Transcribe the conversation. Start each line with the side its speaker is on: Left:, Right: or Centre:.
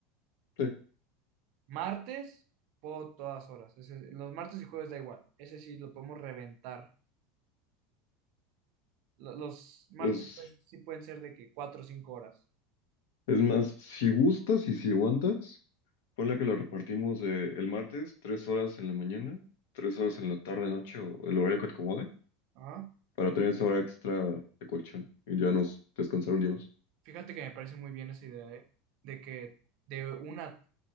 Left: Sí,
Right: Martes, puedo todas horas. Ese- los martes y jueves da igual. Ese sí lo podemos reventar. Lo- Los martes
Left: pues
Right: y jueves sí pueden ser de que cuatro o cinco horas.
Left: es más, si gustas y si aguantas, ponle que lo repartimos de el martes, tres horas en la mañana, tres horas en la tarde, noche o el horario que te acomode,
Right: Ajá.
Left: para tener esa hora extra de colchón y ya nos descansar un día más.
Right: Fíjate que me parece muy bien esa idea, ¿eh? De que de una